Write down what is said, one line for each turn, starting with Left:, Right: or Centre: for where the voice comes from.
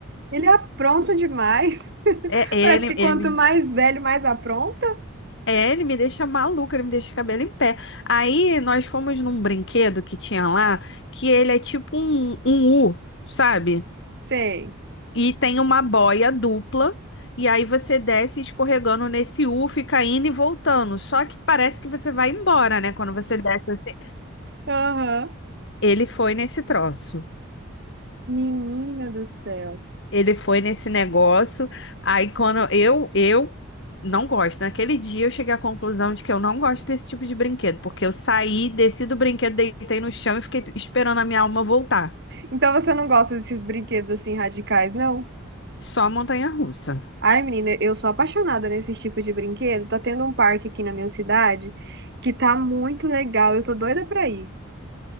Right: ele apronta demais. <laughs>
Left: É,
Right: Parece
Left: ele,
Right: que quanto
Left: ele
Right: mais velho, mais apronta.
Left: É, ele me deixa maluca, ele me deixa de cabelo em pé. Aí nós fomos num brinquedo que tinha lá, que ele é tipo um, um U, sabe?
Right: Sei.
Left: E tem uma boia dupla, e aí você desce escorregando nesse U, fica indo e voltando. Só que parece que você vai embora, né? Quando você desce assim.
Right: Aham.
Left: Ele foi nesse troço.
Right: Menina do céu.
Left: Ele foi nesse negócio. Aí quando eu eu não gosto. Naquele dia eu cheguei à conclusão de que eu não gosto desse tipo de brinquedo, porque eu saí, desci do brinquedo, deitei no chão e fiquei esperando a minha alma voltar.
Right: Então você não gosta desses brinquedos assim radicais, não?
Left: Só montanha-russa.
Right: Ai, menina, eu sou apaixonada nesses tipos de brinquedo. Tá tendo um parque aqui na minha cidade que tá muito legal. Eu tô doida pra ir.